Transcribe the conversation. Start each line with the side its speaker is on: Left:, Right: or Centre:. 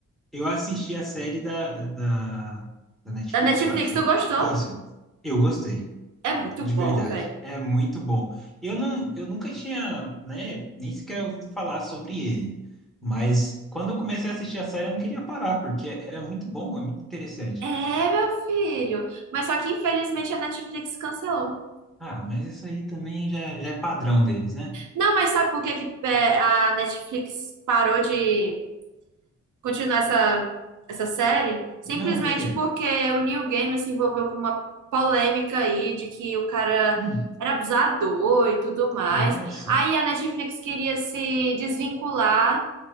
Centre: Eu assisti a série da, da, da Netflix,
Right: Da Netflix,
Centre: eu acho.
Right: tu gostou?
Centre: Isso. Eu gostei,
Right: É muito
Centre: de
Right: bom,
Centre: verdade.
Right: velho.
Centre: É muito bom. Eu não, eu nunca tinha, né, nem sequer ouvido falar sobre ele. Mas quando eu comecei a assistir a série, eu não queria parar, porque era muito bom, é muito interessante.
Right: É, meu filho. Mas só que infelizmente a Netflix cancelou.
Centre: Ah, mas isso aí também já, já é padrão deles, né?
Right: Não, mas sabe por que que é, a Netflix parou de continuar essa, essa série? Simplesmente
Centre: Não, por quê?
Right: porque o Neil Gaiman se envolveu com uma polêmica aí de que o cara
Centre: Hum,
Right: era abusador e tudo mais.
Centre: nossa.
Right: Aí a Netflix queria se desvincular